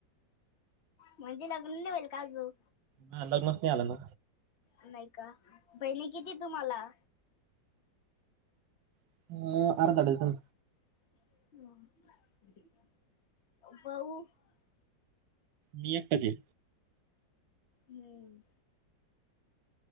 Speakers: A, on the left (about 50°); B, on the right (about 75°).
A: म्हणजे लग्न नाही होईल का अजून?
B: हा, लग्नच नाही आलं ना
A: नाही का बहिणी किती तुम्हाला?
B: अं,
A: ह
B: अर्धा
A: आ करेच
B: डझन
A: <inaudible>
B: मी एकटाचं हे
A: हम्म